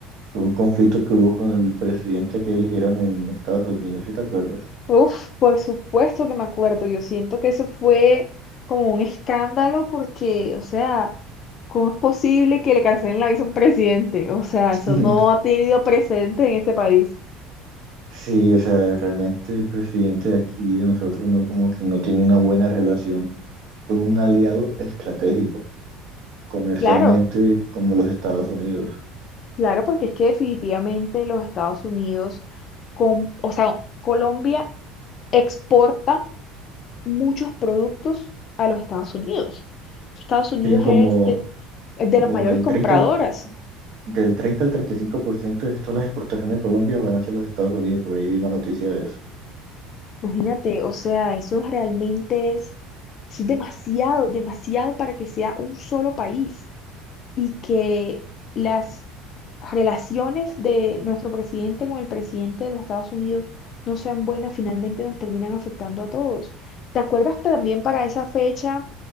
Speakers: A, on the right (about 55°); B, on the left (about 35°).
A: por un conflicto que hubo con el presidente que eligieron en Estados Unidos, si te acuerdas.
B: Uf, por supuesto que me acuerdo. Yo siento que eso fue como un escándalo porque, o sea, ¿cómo es posible que le cancelen la visa a un presidente? O sea,
A: <laughs>
B: eso no ha tenido precedente en este país.
A: Sí, o sea, realmente el presidente de aquí de nosotros no como que no tiene una buena relación con un aliado estratégico, comercialmente
B: Claro,
A: como los Estados Unidos.
B: claro, porque es que definitivamente los Estados Unidos, con, o sea, Colombia exporta muchos productos a los Estados Unidos. Estados Unidos
A: Sí, como,
B: es de, es de
A: como
B: las mayores
A: el
B: compradoras.
A: treinta al- del 30 al 35% de todas las exportaciones de Colombia van hacia los Estados Unidos, por ahí vi una noticia de eso.
B: Imagínate, o sea, eso realmente es, eso es demasiado, demasiado para que sea un solo país. y que las relaciones de nuestro presidente con el presidente de los Estados Unidos no sean buenas, finalmente nos terminan afectando a todos. ¿Te acuerdas que también para esa fecha